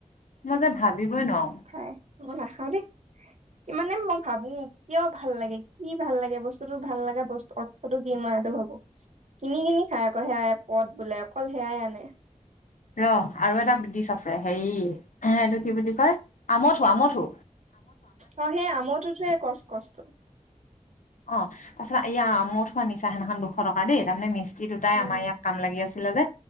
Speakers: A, on the left (about 75°); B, on the right (about 60°).
A: মই যে ভাবিবই নোৱাৰো।
B: হয়, ময় নাখাওঁ দেই। ইমানে মই ভাবো কিয় ভাল লাগে কি ভাল লাগে বস্তুতো ভাল লগা বস্তু- অৰ্থটো কি মই সেইটো ভাবো কিনি কিনি খাই আকৌ সেয়াই পদ বোলে অকল সেয়াই আনে।
A: ৰ আৰু এটা বিতিচ আছে হেৰি এইটো কি বুলি কয়? আমঠো আমঠো।
B: অঁ সেই আমঠোটোৱে কচ কষ্ট।
A: অঁ তা পাছত ইয়া আমঠু আনিছে সেনাখন দুশ টকা দেই তাৰমানে মিস্ত্ৰী দুটাই
B: উম
A: আমা ইয়া- কাম লাগি আছিলে যে,